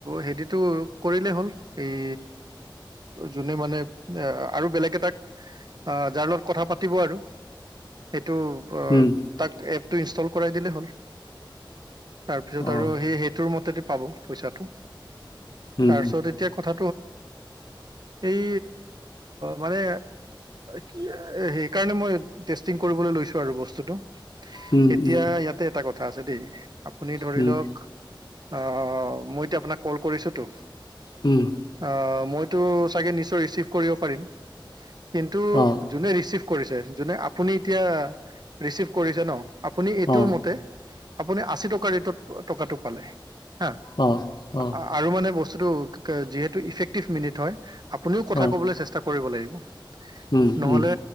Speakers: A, on the right; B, on the left.
A: হেৰিত তটো কৰিলে হ'ল এই যোনে মানে এ আৰু বেলেগ এটাক আহ যাৰ লগত কথা পাতিব আৰু। টো
B: উম
A: তাক এ ইনষ্টল কৰাই দিলে হ'ল। তাৰপিছত
B: অ
A: আৰু সি সেইটোৰ মতে পাব পইচাটো।
B: উম
A: তাৰপিছত এতিয়া কথা এই মানে কি সেইকাৰণে মই টেষ্টিং কৰিবলৈ লৈছো আৰু বস্তুটো।
B: উম
A: এতিয়া
B: উম
A: ইয়াতে এটা কথা কথা আছে দেই। আপুনি ধৰি
B: উম
A: লওক অ' মইতিয়া আপোনাক কল কৰিছোতো।
B: উম
A: অ'। মইতো চাগে নিশ্চয় ৰিচিভ কৰিব পাৰিম। কিন্তু,
B: অ
A: যোনে ৰিচিভ কৰিছে। যোনে, আপুনি এতিয়া ৰিচিভ কৰিছে ন! আপুনি এইটো
B: অ
A: মতে আপুনি আশী টকাৰ ৰেটত, টকাটো পালে। হা!
B: অ অ
A: আ-আৰু মানে বচ বস্তুটো ক, যিহেতু ইফক্টিভ মিনিট হয় আপুনিও কথা
B: অ
A: ক'বলৈ চেষ্টা কৰিব লাগিব। <inaudible>
B: উম
A: নহলে,
B: উম